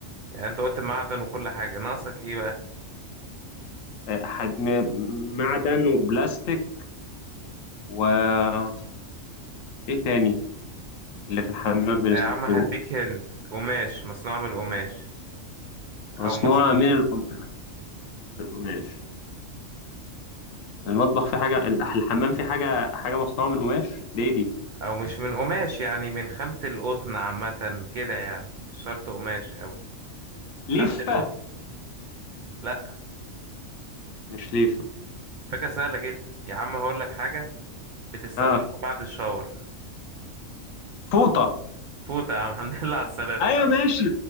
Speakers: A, on the right; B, on the left.
A: يعني انت قلت معدن وكل حاجة ناقصك ايه بقى
B: آه، حد... م- معدن وبلاستيك و ايه تاني اللي في الحمام بنستخدمه
A: يا عم هديك هنت قماش مصنوع من القماش
B: مصنوعة
A: او مص...
B: من القماش القماش المطبخ فيه حاجة الح- الحمام فيه حاجة حاجة مصنوعة من قماش دي دي،
A: او مش من قماش يعني من خامة القطن عامة كده يعني مش شرط قماش قوي خامة
B: ليفة
A: القطن لا
B: مش ليفة
A: فكرة سهلة جدا يا عم هقولك حاجة بتستخدمها
B: اه
A: بعد الشاور
B: فوطة
A: فوت يا عم <laughs> الحمد لله على السلامة
B: ايوه ماشي